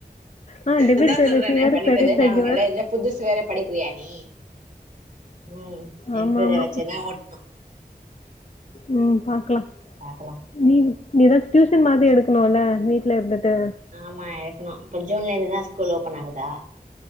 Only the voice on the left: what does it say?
ஆ டெபிட்
த
ரிசீவர்,
கிரெடிட் த
கிவர்.
ஆமாமா.
ம் பாக்கலா
நீனு நீ ஏதாச்சு டியூஷன் மாரி எடுக்கணுல வீட்ல இருந்துட்டு